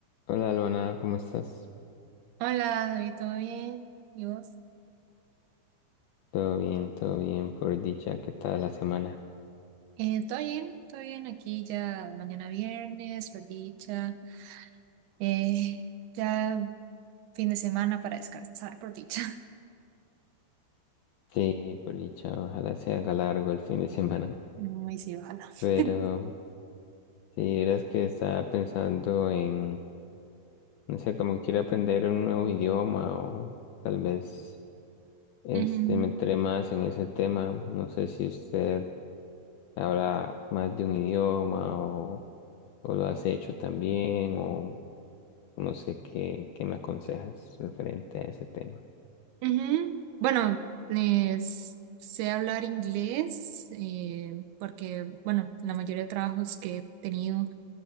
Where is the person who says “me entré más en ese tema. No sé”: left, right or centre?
Left